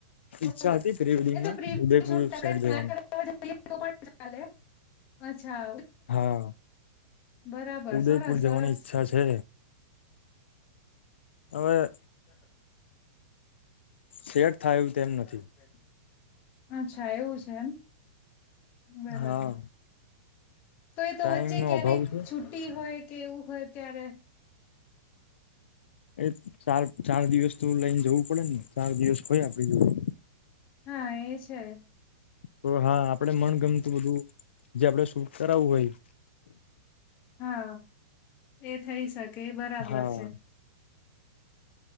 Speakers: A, on the left (about 30°); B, on the left (about 80°).
A: <unintelligible>
B: ઈચ્છા હતી પ્રી વેડિંગમાં ઉદયપુર સાઈડ જવાની
A: અચ્છા
B: હા
A: બરાબર
B: ઉદયપુર
A: સરસ સરસ
B: જવાની ઈચ્છા છે હવે
A: <unintelligible>
B: સેટ થાય એવું
A: જે
B: તેમ નથી
A: થાય તેમ અચ્છા એવું છે એમ બરાબર
B: હા
A: તો એ
B: ટાઈમ
A: તો વચ્ચે
B: નો
A: ક્યારેક
B: અભાવ છે
A: છુટી હોય કેવું હોય ત્યારે
B: એ ચાર ચાર દિવસ તો લઈને જવું પડે ને ચાર દિવસ હોય આપડી જોડે
A: હા એ છે
B: તો હા આપડે મન ગમતું બધું જે આપડે શૂટ કરાવવું હોય
A: હા એ થઈ શકે એ બરાબર
B: હા
A: છે